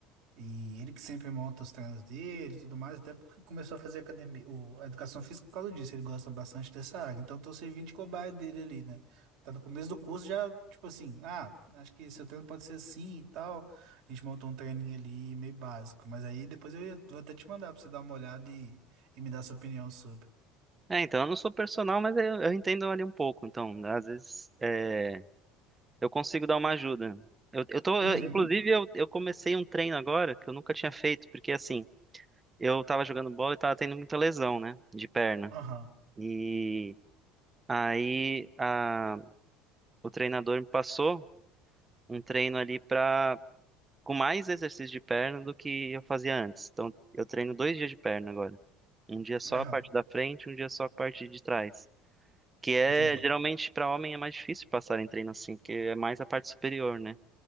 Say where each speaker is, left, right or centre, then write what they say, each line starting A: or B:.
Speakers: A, on the right; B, on the right.
A: E ele que sempre monta os treinos dele e tudo mais, até porque começou a fazer academia, o, a educação física por causa disso, ele gosta bastante dessa área. Então, eu tô servindo de cobaia dele ali, né? Tá no começo do curso já, tipo assim, ah, acho que seu treino pode ser assim e tal. A gente montou um treininho ali meio básico, mas aí depois eu ia- vou até te mandar pra você dar uma olhada e, e me dar sua opinião sobre.
B: É, então eu não sou personal, mas eu, eu entendo ali um pouco. Então, às vezes é, eu consigo dar uma ajuda. Eu, eu tô,
A: Uhum,
B: eu- inclusive, eu, eu comecei um treino agora que eu nunca tinha feito, porque assim, eu tava jogando bola e tava tendo muita lesão, né? De perna.
A: aham,
B: e Aí a- o treinador me passou um treino ali pra, com mais exercício de perna do que eu fazia antes. Então eu treino dois dias de perna agora. Um dia só
A: aham,
B: a parte da frente, um dia só a parte de trás. Que é,
A: entendi.
B: geralmente, pra homem é mais difícil passar em treino assim, porque é mais a parte superior, né?